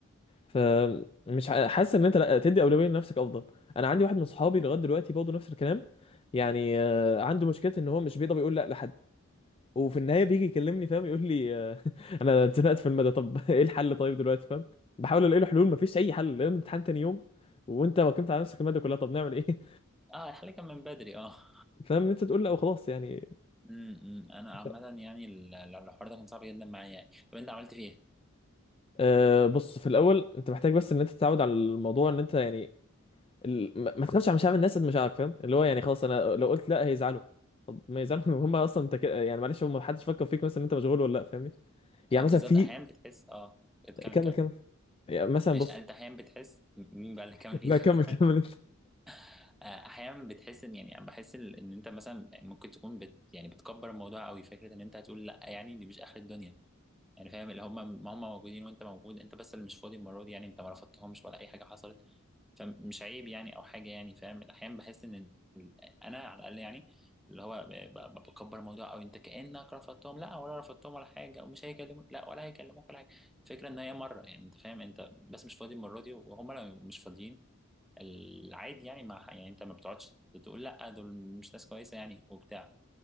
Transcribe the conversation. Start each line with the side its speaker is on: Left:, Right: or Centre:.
Left: فمش ع- حاسس ان انت لا تدي اولويه لنفسك افضل انا عندي واحد من صحابي لغايه دلوقتي برضه نفس الكلام يعني آه، عنده مشكله ان هو مش بيقدر يقول لا لحد وفي النهايه بيجي يكلمني فاهم يقول لي آه، <laughs> انا اتزنقت في المدى طب <laughs> ايه الحل طيب دلوقتي فاهم بحاول الاقي له حلول مفيش اي حل لان امتحان تاني يوم وانت وكمت على نفسك الماده كلها طب نعمل ايه
Centre: اه الحل كان من بدري اه <laughs>
Left: <laughs> فاهم ان انت تقول لا وخلاص يعني
Centre: امم أمم. انا
Left: مش
Centre: عامه
Left: عارف.
Centre: يعني ال- ال- الحوار ده كان صعب جدا معايا يعني طب انت عملت فيه
Left: أه بص في الاول انت محتاج بس ان انت تتعود على الموضوع ان انت يعني ال- ما ما تخافش على مشاعر الناس قد مشاعرك فاهم اللي هو يعني خلاص انا لو قلت لا هيزعلوا طب ما يزعلوا <laughs> هم
Centre: ايه
Left: اصلا انت كده يعني معلش هم محدش فكر فيك مثلا إن انت مشغول ولا لا فاهمني يعني
Centre: اه بالظبط
Left: مثلا في
Centre: احيانا بتحس اه اتكمل
Left: كمل
Centre: كمل
Left: كمل يعني مثلا
Centre: ماشي
Left: بص
Centre: يعني انت احيانا بتحس م- مين بقى اللي
Left: <laughs>
Centre: كمل فينا
Left: لا كمل كمل انت
Centre: <laughs> آه، احيانا بتحس ان يعني بحس ال- ان انت مثلا ممكن تكون بت يعني بتكبر الموضوع قوي فكره ان انت هتقول لا يعني دي مش اخر الدنيا يعني فاهم اللي هم ما هم موجودين وانت موجود انت بس اللي مش فاضي المره دي يعني انت ما رفضتهمش ولا اي حاجه حصلت فمش عيب يعني او حاجه يعني فاهم احيانا بحس ان ال- انا على الاقل يعني اللي هو ب- ب- بكبر الموضوع او انت كانك رفضتهم لا ولا رفضتهم ولا حاجه ومش هيكلموك لا ولا هيكلموك ولا حاجه الفكره ان هي مره يعني انت فاهم انت بس مش فاضي المره دي وهم لو مش فاضيين العادي يعني ما يعني انت ما بتقعدش تقول لا دول مش ناس كويسه يعني وبتاع